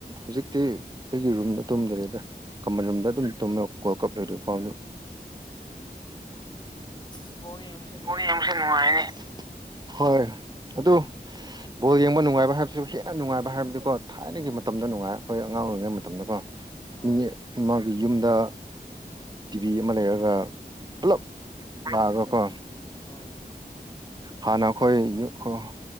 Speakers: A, on the right; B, on the left.
A: ꯍꯨꯖꯤꯛꯇꯤ ꯑꯩꯒꯤ ꯔꯨꯝꯗ ꯇꯨꯝꯗꯔꯦꯗ ꯀꯃꯟ ꯔꯨꯝꯗ ꯑꯗꯨꯝ
B: ꯎꯝ
A: ꯇꯨꯝꯃꯦ ꯋꯥꯜ ꯀꯞ ꯂꯣꯏꯗ꯭ꯔꯤ ꯐꯥꯎꯗꯤ
B: ꯑꯪ ꯑꯁ ꯕꯣꯜ ꯌꯦꯡꯕꯁꯤ
A: ꯕꯣꯜ ꯌꯦꯡꯕꯁꯦ ꯅꯨꯉꯥꯏꯌꯦꯅꯦ ꯍꯣꯏ ꯑꯗꯨ ꯕꯣꯜ ꯌꯦꯡꯕ ꯅꯨꯡꯉꯥꯏꯕ ꯍꯥꯏꯕꯁꯨ ꯍꯦꯟꯅ ꯅꯨꯡꯉꯥꯏꯕ ꯍꯥꯏꯕꯗꯤꯀꯣ ꯊ ꯊꯥꯏꯅꯒꯤ ꯃꯇꯝꯗ ꯅꯨꯡꯉꯥꯏ ꯑꯈꯣꯏ ꯑꯉꯥꯡ ꯑꯣꯏꯔꯤꯉꯩ ꯃꯇꯝꯗꯀꯣ
B: ꯑꯥ
A: ꯃꯤ ꯑꯃꯒꯤ ꯌꯨꯝꯗ ꯇꯤꯚꯤ ꯑꯃ ꯂꯩꯔꯒ
B: ꯄꯨꯂꯞ ꯎꯝ
A: ꯄꯨꯂꯞ ꯂꯥꯛꯑꯒꯀꯣ
B: ꯑ
A: ꯍꯥꯟꯅ ꯑꯈꯣꯏ <unintelligible>